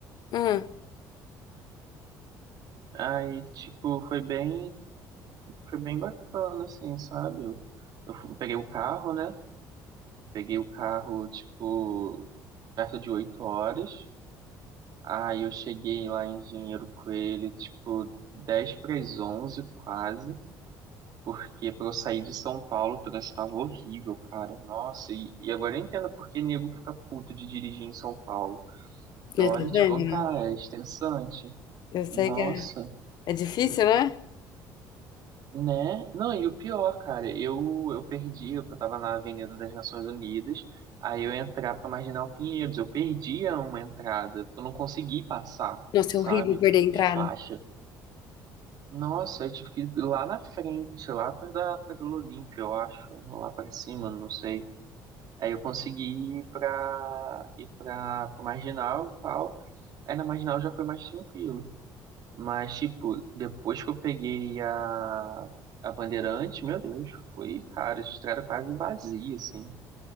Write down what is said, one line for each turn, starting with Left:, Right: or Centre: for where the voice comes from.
Left: Aham.
Right: Aí, tipo, foi bem, foi bem bacana, assim, sabe? Eu, eu fu- peguei o carro, né? Peguei o carro, tipo, perto de 8 horas. Aí eu cheguei lá em Engenheiro Coelho, tipo, 10 para as 11 quase. Porque pra eu sair de São Paulo, o trânsito tava horrível, cara. Nossa, e, e agora eu entendo porque nego fica puto de dirigir em São Paulo.
Left: Eu
Right: E Olha,
Left: tô
Right: te
Left: vendo,
Right: contar,
Left: né?
Right: é estressante.
Left: Eu sei
Right: Nossa,
Left: que é, é difícil, né?
Right: né? Não, e o pior, cara, eu, eu perdi, eu tava na Avenida das Nações Unidas, aí eu ia entrar pra Marginal Pinheiros, eu perdi uma entrada, eu não consegui passar,
Left: Nossa,
Right: sabe?
Left: é horrível perder a entrada.
Right: De faixa. Nossa, eu tive que ir lá na frente, lá perto da Praia Olímpia, eu acho, lá pra cima, não sei. Aí eu consegui ir pra, ir pra, pra Marginal e tal. Aí na Marginal já foi mais tranquilo. Mas, tipo, depois que eu peguei a, a Bandeirante, meu Deus, foi, cara, a estrada quase vazia, assim.